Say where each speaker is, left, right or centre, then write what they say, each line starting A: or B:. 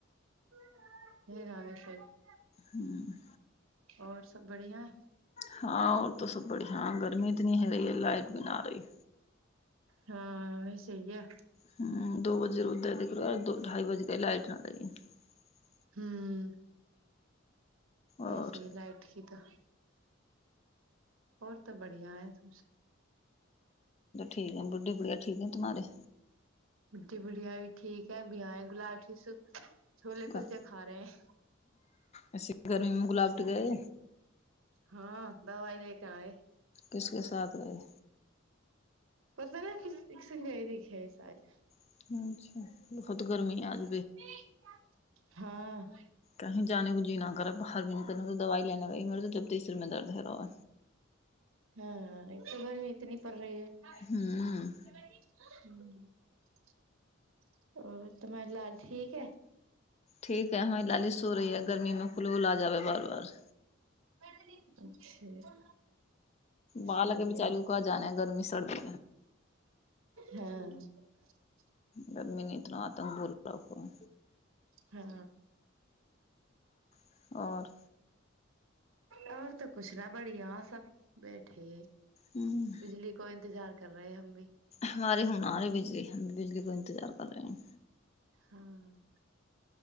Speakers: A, on the right; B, on the left.
A: <inaudible> ले जा रहे सब <unintelligible>
B: हूँ
A: और सब बढियां
B: हँ आओर तो सब बढ़िआ गर्मी इतनी हलैजे लाइट बना रही
A: हँ इसलिए
B: ह दो बजे रोद कर ढाई बजे क लाइट नहि दैये <unintelligible>
A: हूँ वैसे
B: और
A: लाइट की तऽ ओर तऽ बढ़ियां हेत
B: ठीक ह बुढ़ी गुड़िया ठीक हैं तुम्हारे
A: बूढ़े बुढ़ियारी ठीक है आएगी लाइट <unintelligible> छोले
B: का
A: कुलचे खा रहे है
B: ऐसे गर्मी में गुलाबट गए
A: हँ दबाइ देके आएं
B: किसके साथ रहै
A: पता नहि किस दिसगइंक हय शायद
B: अच्छा बहुत गर्मी है आज
A: <unintelligible> हँ
B: कही जाने को जी नहि कर भर दिन तनो तऽ दवा लेने तते सिरमे दर्द <unintelligible>
A: हँ एक त गर्मी इतनी पड़ रही है <unintelligible>
B: ह
A: ओ त मेरे लाल ठीक हैं
B: ठीक है लाली सो सो रही है गर्मी मे कुलबला जाबे बार बार
A: अच्छा
B: बालक
A: सही
B: बेचारो
A: है
B: उह का जाने ह गर्मी सरद
A: हाँ <unintelligible>
B: गरमी न इतना आतंक भोल रखहो
A: हँ
B: है और
A: आओर तऽ कुछ न बढ़िया सब बैठे
B: ह
A: बिजली को इन्तजार कर रहे हम भी
B: हमारे हुना आरे भी हम भी बिजली को इन्तजार कर रहे है
A: हँ